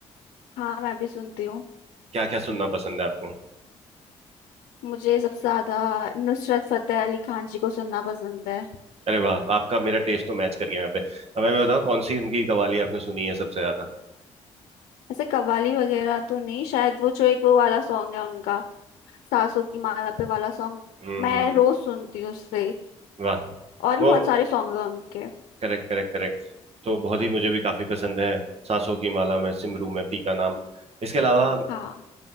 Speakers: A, on the left; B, on the right.
A: हाँ मैं भी सुनती हूँ
B: क्या क्या सुनना पसंद है आपको
A: मुझे सबसे ज्यादा नुसरत फतेह अली खान जी को सुनना पसंद है
B: अरे वाह आपका मेरा टेस्ट तो मैच कर गया यहाँ पे अब मैं भी बताऊँ कौन सी उनकी कवाली आपने सुनी है सबसे ज्यादा
A: ऐसे कव्वाली वगैरह तो नहीं शायद वो जो एक वो वाला सॉन्ग है उनका सासों की माला पे वाला सॉन्ग
B: हम्म
A: मैं
B: हम्म
A: रोज सुनती हूँ उससे
B: वाह
A: और भी
B: वो
A: बहुत सारे सॉन्ग हैं उनके
B: करेक्ट करेक्ट करेक्ट तो बहुत ही मुझे भी काफी पसंद है सांसों की माला में सिमरू में पी का नाम इसके अलावा अ,
A: हाँ